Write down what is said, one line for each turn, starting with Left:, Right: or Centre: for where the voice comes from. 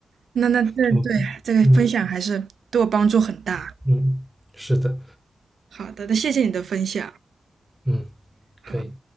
Right: 那那这对这个分享还是对我帮助很大。
Centre: ，OK，嗯嗯，是的，
Right: 好的，那谢谢你的分享。
Centre: 嗯，
Right: 好。
Centre: 可以。